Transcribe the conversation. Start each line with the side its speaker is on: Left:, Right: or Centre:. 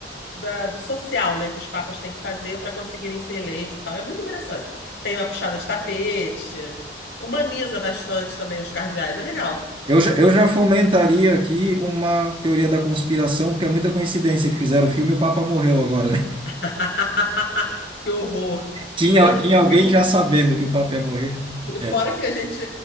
Left: da- do social, né, que os papas têm que fazer para conseguirem ser eleitos e tal. É muito interessante. Tem uma puxada de tapete, humaniza bastante também os cardeais. É legal.
Right: Eu já, eu já fomentaria aqui uma teoria da conspiração, porque é muita coincidência que fizeram o filme e o Papa morreu agora. né?
Left: <laughs> Que horror.
Right: <laughs> Tinha,
Left: Sendo
Right: tinha
Left: que o filme
Right: alguém já sabendo que o Papa ia morrer. É.
Left: Fora que a gente,